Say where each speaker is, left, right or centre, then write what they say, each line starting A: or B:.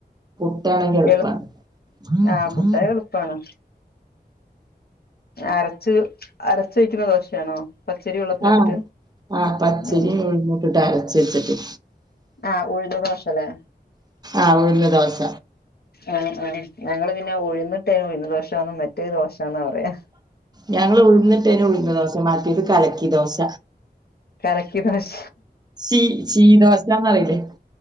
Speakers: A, on the right; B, on the left.
A: പുട്ടാണെങ്കിയെളുപ്പാ.
B: എളു
A: ഉം
B: ആഹ് പുട്ട് എളുപ്പാണ് അരച്ച് അരച്ച് വയ്ക്കണ ദോശയാണോ? പച്ചരി വെള്ളത്തിലിട്ടിട്ട്
A: ആഹ് ആ പച്ചരി
B: ഉം
A: ഉഴുന്നിട്ടിട്ടരച്ചു വച്ചിട്ട്.
B: ആഹ് ഉഴുന്നു ദോശല്ലേ?
A: ആഹ് ഉഴുന്ന് ദോശ.
B: ആഹ് ആഹ് ഞങ്ങള് പിന്നെ ഉഴുന്നിട്ടേ ഉഴുന്ന് ദോശാന്നും, മറ്റേത് ദോശാന്നാ പറയാ.
A: ഞങ്ങൾ ഉഴുന്നിട്ടേന് ഉഴുന്ന് ദോശ, മാറ്റിയത് കലക്കി ദോശ.
B: കലക്കിദോശ
A: ശീ ശീ ദോശാന്നറീല്ലേ?